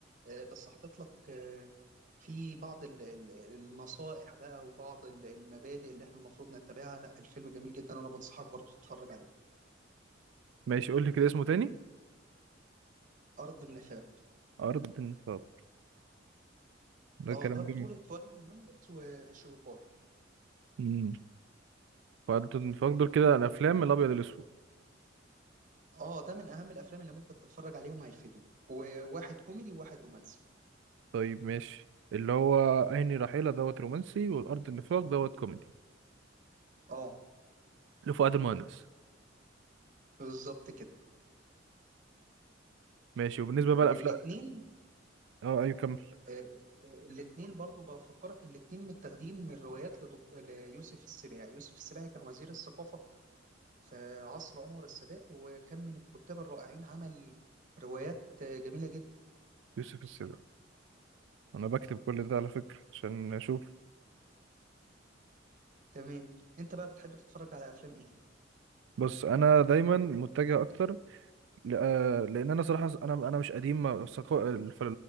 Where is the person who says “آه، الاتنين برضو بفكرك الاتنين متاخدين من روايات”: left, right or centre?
Right